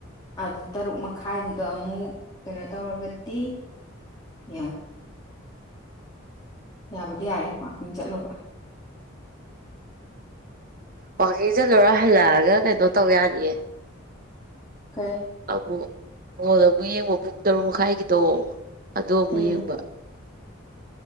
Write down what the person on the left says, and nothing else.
ꯑꯗꯨ ꯇꯔꯨꯛ ꯃꯈꯥꯏꯗꯨꯗ ꯑꯃꯨꯛ ꯀꯩꯅꯣ ꯇꯧꯔꯒꯗꯤ ꯌꯦꯡꯉꯣ ꯌꯥꯕꯨꯗꯤ ꯌꯥꯢꯌꯦ ꯋꯥꯛꯀꯤꯡ ꯆꯠꯂꯨꯕ
ꯀꯩ
ꯎꯝ